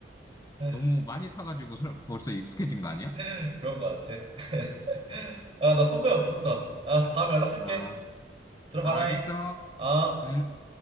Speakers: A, on the right (about 35°); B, on the left (about 20°).
A: 에휴,
B: 너무 많이 타가지고 설- 벌써 익숙해진 거
A: <laughs>
B: 아니야?
A: 그런 거 같아. <laughs>
B: 음.
A: 아, 나 선배가 부른다. 아, 다음에 연락할게.
B: 아,
A: 들어가라잉.
B: 아, 알겠어.
A: 아.
B: 음.